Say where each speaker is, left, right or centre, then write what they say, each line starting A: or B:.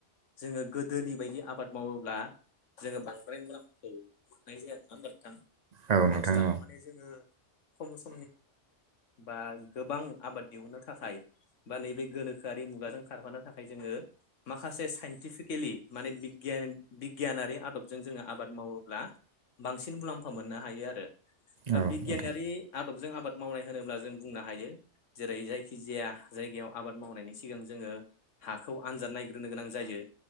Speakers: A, on the left; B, on the right.
A: जोंङो गोदोनि बायदि आबाद मावोब्ला जोंङो बांद्राय मुलामफाखौ मोननाय जाया आरना होनबा नोंथां
B: औ नोंथां
A: आथिखालाव
B: औ
A: माने जोंङो सम बा गोबां आबाद दिहुननो थाखाय बा नैबे गोनोखोआि मुगाजों खारहानो थाखाय जोङो माखासे साइन्टिफिकेलि माने बिगियान बिगियानारि आदबजों जोंङो आबाद मावोब्ला बांसिन मुलाम्फा मोननो हायो आरो
B: औ
A: बिगियानारि
B: नोंथां
A: आदबजों आबाद मावनाय होनोब्ला जों बुंनो हायो जेरै जायखि जाया जायगायाव आबाद मावनायनि सिगां जोंङो हाखौ आनजाद नायग्रोनो गोनां जायो।